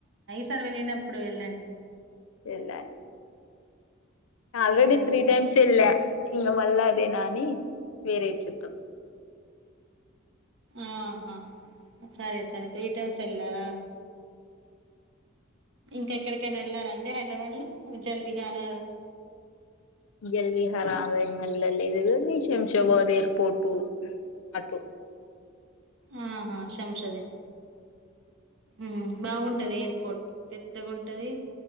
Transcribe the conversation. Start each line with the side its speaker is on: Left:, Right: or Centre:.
Right: సారి వెళ్ళినప్పుడు వెళ్ళండి
Left: వెళ్లాలి ఆల్రెడి
Right: ఆ వెళ్ళండి
Left: త్రీ టైమ్స్ ఎళ్ల ఇంగా మళ్ళ అదేనాని వేరే చూత్తం
Right: ఆహా సరే సరె త్రీ టైమ్స్ ఎల్లవా ఇంకా ఎక్కడికైనా ఎళ్లారండి హైడ్రాబాద్ లో జల్విహార్
Left: జల్విహార అదేం ఎళ్ళలేదు షాబాద్ ఎయిర్ పోర్టు అటు
Right: ఆహా శంషాద ఉమ్ బాగుంటది ఎయిర్పోర్ట్ పెద్దగుంటది